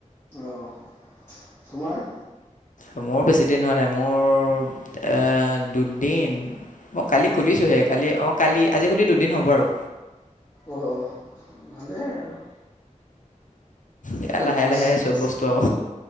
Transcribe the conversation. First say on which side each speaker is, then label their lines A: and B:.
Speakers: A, on the left; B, on the left.
A: অ', অ' তোমাৰ?
B: অ' মোৰ বেছি দিন হোৱা নাই, মোৰ এ দুদিন মই কালি খুলিছোঁহে, কালি অ' কালি আজি সতি দুদিন হ'ব আৰু।
A: অ' হ, ভালেই আৰু।
B: ই
A: টাইম
B: লাহে,
A: পাছ
B: লাহে চব বস্তু আৰু।